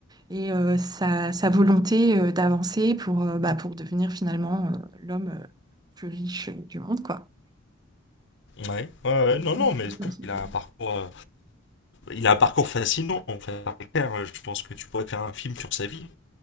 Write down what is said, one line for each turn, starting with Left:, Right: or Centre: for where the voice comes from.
Right: et euh, sa, sa volonté euh, d'avancer pour, euh, bah, pour devenir finalement euh, l'homme euh, plus riche du monde, quoi.
Left: Ouais. Ouais, ouais.
Right: Et
Left: Non,
Right: pour
Left: non,
Right: exceller
Left: mais c'est
Right: dans
Left: sûr
Right: son
Left: qu'il
Right: domaine.
Left: a un parcours. euh, il a un parcours fascinant, en fait. C'est clair, je pense que tu pourrais faire un film sur sa vie.